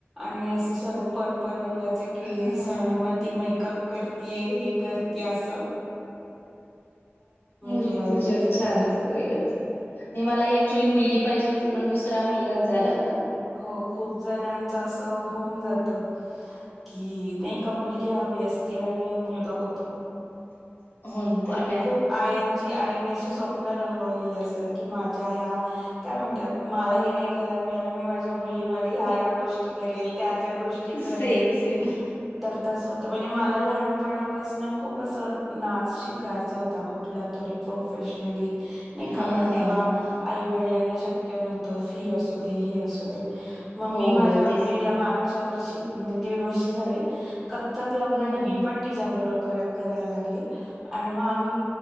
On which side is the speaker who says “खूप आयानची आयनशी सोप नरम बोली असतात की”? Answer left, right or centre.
Centre